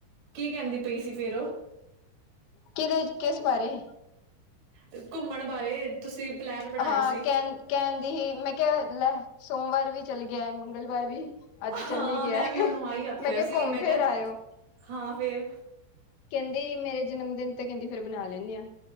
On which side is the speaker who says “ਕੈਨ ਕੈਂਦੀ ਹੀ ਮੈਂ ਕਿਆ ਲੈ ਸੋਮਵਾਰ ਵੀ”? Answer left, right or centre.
Left